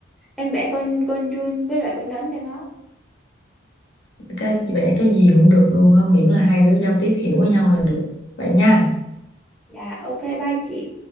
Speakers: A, in the centre; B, on the left.
A: em vẽ con con run với lại con rắn cho nó.
B: Cái vẽ cái gì cũng được luôn á, miễn là hai đứa giao tiếp hiểu với nhau là được. Vậy nha.
A: Dạ, ok bye chị.